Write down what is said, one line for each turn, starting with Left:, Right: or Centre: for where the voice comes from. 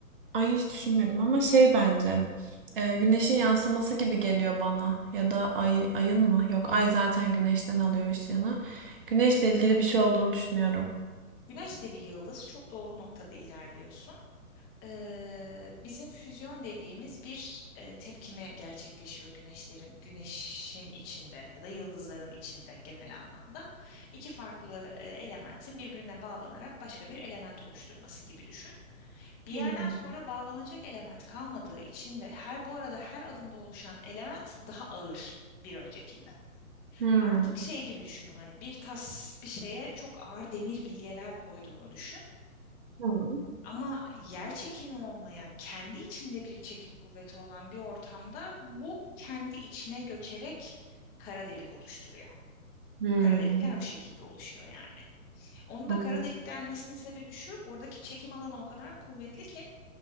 Right: Ay hiç düşünmedim ama şey bence e, güneşin yansıması gibi geliyor bana ya da ay ayın mı? Yok ay zaten güneşten alıyor ışığını. Güneşle ilgili bir şey olduğunu düşünüyorum.
Left: Güneş de bir yıldız. Çok doğru noktada ilerliyorsun. Ee, bizim füzyon dediğimiz bir e, tepkime gerçekleşiyor güneşlerin güneşin içinde ya da yıldızların içinde genel anlamda. İki farklı e, elementin birbirine bağlanarak başka bir element oluşturması gibi düşün. Bir
Right: Hmm.
Left: yerden sonra bağlanacak element kalmadığı için ve her bu arada her adımda oluşan element daha ağır bir öncekinden.
Right: Hmm.
Left: Artık şey gibi düşün bunu hani bir tas bir şeye çok ağır demir bilyeler koyduğunu düşün.
Right: Tamam.
Left: Ama yer çekimi olmayan, kendi içinde bir çekim kuvveti olan bir ortamda bu kendi içine göçerek kara delik oluşturuyor.
Right: Hmm.
Left: Kara delikler bu şekilde oluşuyor yani. Onun
Right: Anladım.
Left: da kara delik denmesinin sebebi şu, oradaki çekim alanı o kadar kuvvetli ki